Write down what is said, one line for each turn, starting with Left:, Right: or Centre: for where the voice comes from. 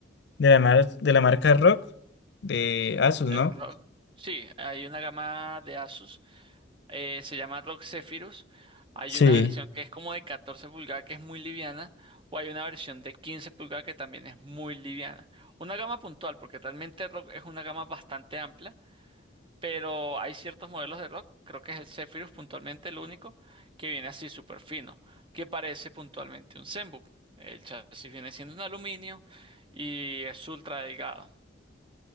Left: de la mar- de la marca Rock de
Right: El
Left: Asus,
Right: el
Left: ¿no?
Right: ROG. Sí, hay una gama de Asus. eh, se llama ROG Zephyrus. Hay
Left: Sí,
Right: una versión que es como de 14 pulgadas que es muy liviana. O hay una versión de 15 pulgadas que también es muy liviana. Una gama puntual, porque realmente ROG es una gama bastante amplia. Pero hay ciertos modelos de ROG. Creo que es el Zephyrus puntualmente el único que viene así súper fino. Que parece puntualmente un Zenbook. El chasis viene siendo un aluminio y es ultra delgado.